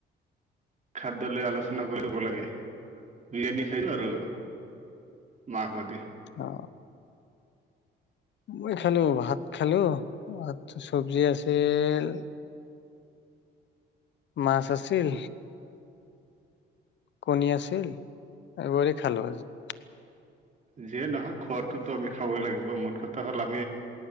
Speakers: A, on the right; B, on the left.
A: খাদ্য লৈ আলোচনা কৰি লাগে বিৰিয়ানী খালো আৰু মাংস দি।
B: অ, মই খালো ভাত খালো আৰু ছৱজি আছিল। মাছ আছিল। কণী আছিল এইবোৰে খালো আজি
A: যিয়ে নহওক খোৱা ত' তই আমি খাবই লাগিব, মূল কথাটো।